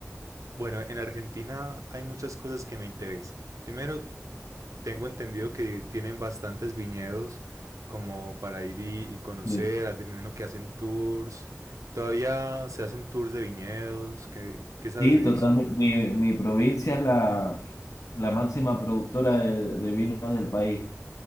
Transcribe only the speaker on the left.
Sí,
Sí,
totalmente.
Mi, mi provincia es la, la máxima productora de, de vinos del país.